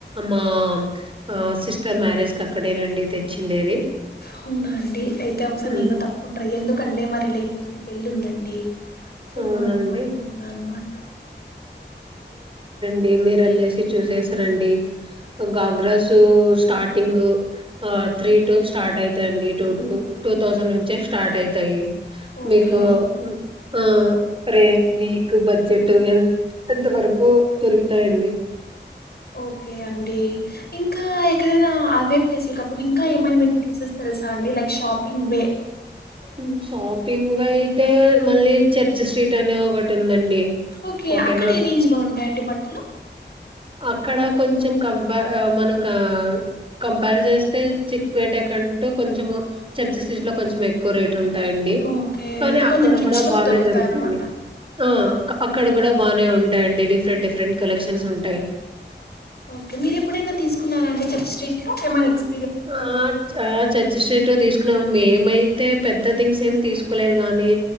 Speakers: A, on the right (about 30°); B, on the left (about 60°).
A: మా ఆ సిస్టర్ మ్యారేజ్ కి అక్కడేనండి తెచ్చిండేది
B: అవునా అండి అయితే ఒకసారి
A: హ్మ్.
B: నేను తప్పకుంటా ట్రై ఎందుకంటే మా రిలేటివ్స్ పెల్లి ఉందండి సో
A: అవునండి
B: అందుకు అడుగుతున్నా అనమాట
A: డి మీరే లే సి చూసేసానండి గాగ్రాస్ స్టార్టింగ్ ఆ త్రీ టు స్టార్ట్ అయితాండి టూ టు టూ థౌసండ్ నుంచే స్టార్ట్ అయితాయి
B: ఓకే
A: మీకు ఆ రే వీక్ బడ్జెట్ ఎంత వరకు దొరుకుతాయండి
B: ఓకే అండి ఇంకా ఎక్కడైనా అవే ప్లేసులు కాకుండా ఇంకా ఏమైనా మీకు ప్లేసెస్ తెలుసా అండి లైక్ షాపింగ్ వే
A: ఉ షాప్ పింగ్ వై అయితే మళ్ళీ చర్చ్ స్ట్రీట్ అనే ఒకటి టుందండీ
B: ఓకే
A: ఓకేనా
B: అక్కడ ఏ రేంజ్ లో ఉంటాయండి బట్టలు
A: అక్కడ కొంచెం కంప ఆ మనం కా ఆ కంపేర్ చేస్తే చిక్పేట కంటూ కొంచెము చర్చి స్టీట్ లో కొంచెం ఎక్కువ రేట్ ఉంటాయండి
B: ఓకే
A: కానీ
B: కొంచెం
A: అక్కడ
B: రిచ్
A: కూడా
B: లుక్
A: బాగానే
B: దొరుకుతాయన్నమాట
A: దొరుకుతైలే ఆ అక్కడ కూడా బాగానే ఉంటాయండి డిఫరెంట్ డిఫరెంట్ కలెక్షన్స్ ఉంటాయి
B: ఓకే మీరు ఎప్పుడైనా తీసుకున్నారా అండి చర్చ్ స్ట్రీట్ లో ఏమ ఎక్స్
A: ఆ ఆ చ చర్చ్ స్ట్రీట్లో తీసుకున్నాం మేమైతే పెద్ద థింగ్స్ ఏమి తీసుకోలేదు గానీ